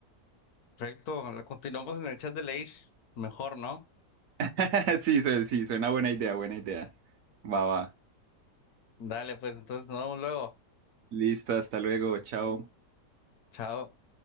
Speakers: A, on the left (about 70°); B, on the right (about 65°).
A: Perfecto, continuamos en el chat de Leish. Mejor, ¿no?
B: <laughs> Sí, su- sí, suena buena idea, buena idea. Va, va.
A: Dale, pues entonces nos vemos luego.
B: Listo, hasta luego, chao.
A: Chao.